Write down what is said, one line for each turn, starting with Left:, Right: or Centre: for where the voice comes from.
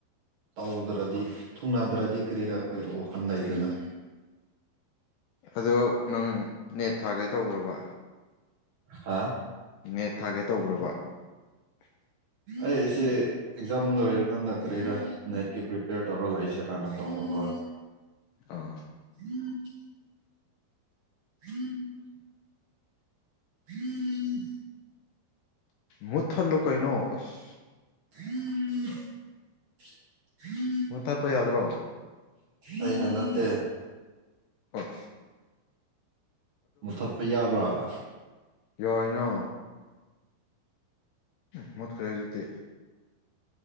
Right: ꯇꯧꯗ꯭ꯔꯗꯤ ꯊꯨꯅꯗ꯭ꯔꯗꯤ ꯀꯔꯤꯔꯥ ꯑꯩꯈꯣꯏ ꯋꯥꯈꯜ ꯂꯩꯩꯗꯅ
Left: ꯑꯗꯣ ꯅꯪ ꯅꯦꯠ ꯊꯥꯒꯦ ꯇ꯭ꯔꯕ
Right: ꯍꯥꯥ
Left: ꯅꯦꯠ ꯊꯥꯒꯦ ꯇꯧꯕ꯭ꯔꯕ <unintelligible> <unintelligible>
Right: ꯑꯩꯁꯦ ꯑꯦꯛꯖꯥꯝ ꯂꯣꯏꯔꯀꯥꯟꯗ ꯀꯔꯤꯔ ꯅꯦꯠꯀꯤ ꯄ꯭ꯔꯤꯄꯦꯌꯔ ꯇꯧꯔ ꯂꯩꯥꯛꯏꯁꯦ ꯀꯥꯟꯅ ꯇꯧꯕ ꯍꯣꯏ
Left: ꯑꯥ
Right: ꯎꯝ ꯎꯝ ꯎꯝ
Left: ꯃꯨꯠꯊ ꯂꯨ ꯀꯩꯅꯣ ꯑꯁ
Right: ꯍꯝꯝ
Left: ꯃꯨ ꯊꯠꯄ ꯌꯥꯗ꯭ꯔꯣ
Right: ꯑꯩꯅ ꯅꯠꯇꯦ
Left: ꯍꯣꯏ
Right: ꯃꯨꯠꯊꯠꯄ ꯌꯥꯕ꯭ꯔꯥꯕ
Left: ꯌꯥꯣꯏꯅꯣ ꯎꯝ ꯃꯨꯠꯈ꯭ꯔꯦ ꯍꯧꯖꯤꯛꯇꯤ